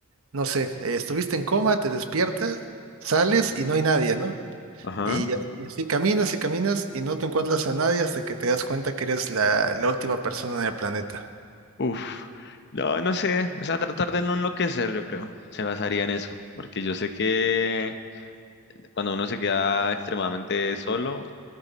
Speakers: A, on the right; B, on the left.
A: no sé, eh, estuviste en coma, te despiertas, sales y no hay nadie, ¿no?
B: Ajá.
A: Y, a- y así caminas y caminas y no te encuentras a nadie hasta que te das cuenta que eres la, la última persona en el planeta.
B: Uf. No, no sé. O sea, tratar de no enloquecer, yo creo. Se basaría en eso. Porque yo sé que cuando uno se queda extremadamente solo